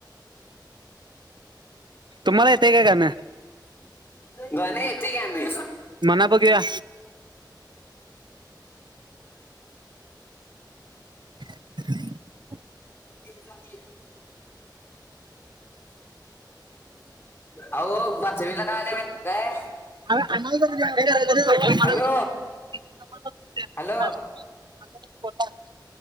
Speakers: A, on the right (about 70°); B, on the left (about 30°).
A: तुम्हाला येतय काय गाणं
B: गाण येते की आम्ही.
A: म्हना बघुया. <inaudible>
B: ती जातीये. अहो बचवीला काय आलय काय
A: <unintelligible>
B: हॅलो
A: <unintelligible>
B: हॅलो